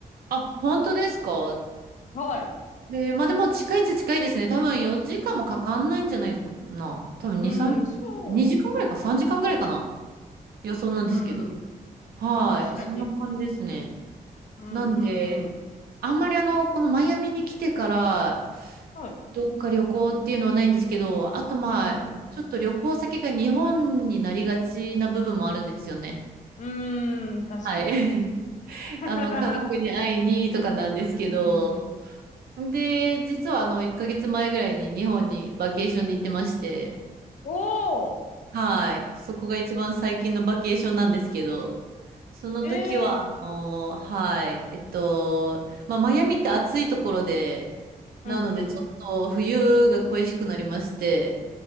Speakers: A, on the right; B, on the left.
A: あ、本当ですか
B: はい。
A: で、まあでも近いっちゃ近いですね。多分4時間もかかんないんじゃないかな。多分2、
B: うん、
A: 3、
B: そ
A: 2時間ぐらいか3時間ぐらいかな。予想なんですけど。
B: う。うん。
A: はい。
B: 確かに。
A: そんな感じですね。
B: うん、うん、
A: なんで、
B: うん。
A: あんまりあの、このマイアミに来てから、
B: はい。
A: どっか旅行っていうのはないんですけど、あとまあ、
B: うん、
A: ちょっと旅行先が日本になりがちな部分もあるんですよね。
B: うん。うーん、確かに。
A: はい。<laughs>
B: <laughs>
A: あの、家族に会いにとかなんですけど、
B: うん、うん、うん。
A: で、実はあの、1ヶ月前ぐらいに日本にバケーションで行ってまして、
B: おー。
A: はい。そこが一番最近のバケーションなんですけど、その時は、
B: ええ
A: あのーはい。えっと、まあ、マイアミって暑いところで、なので、
B: ー。うん、うん。
A: ちょっと冬が恋しくなりまして、